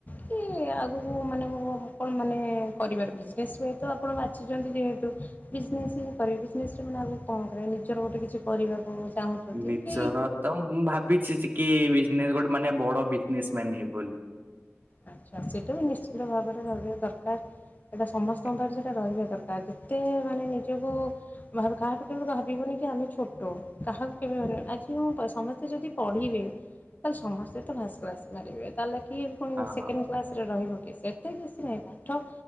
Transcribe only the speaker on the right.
ନିଜର
ତ ମୁଁ ଭାବିଛି କି ବିଜନେସ ଗୋଟେ ମାନେ ବଡ ବିଜନେସ ମ୍ୟାନ ହେବି ବୋଲି।
ହଁ
ହଁ